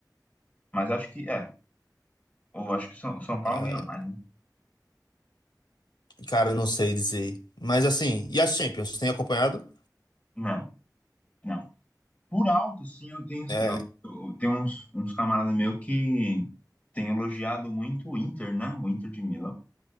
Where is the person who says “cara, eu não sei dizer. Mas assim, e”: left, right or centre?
Left